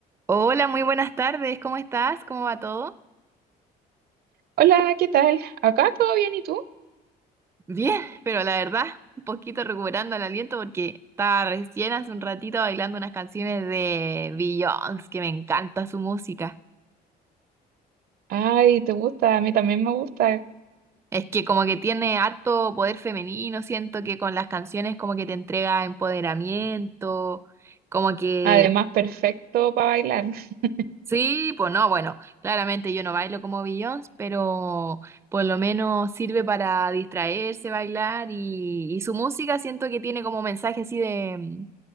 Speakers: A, on the right; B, on the right.
A: Hola, muy buenas tardes. ¿Cómo estás? ¿Cómo va todo?
B: Hola, ¿qué tal? ¿Acá todo bien y tú?
A: Bien, <laughs> pero la verdad, un poquito recuperando el aliento porque estaba recién hace un ratito bailando unas canciones de Beyoncé, que me encanta su música.
B: Ay, ¿te gusta? A mí también me gusta.
A: Es que como que tiene harto poder femenino, siento que con las canciones como que te entrega empoderamiento, como que
B: Además, perfecto para bailar. <laughs>
A: Sí, pues no, bueno, claramente yo no bailo como Beyoncé, pero por lo menos sirve para distraerse, bailar y, y su música siento que tiene como mensaje así de mm,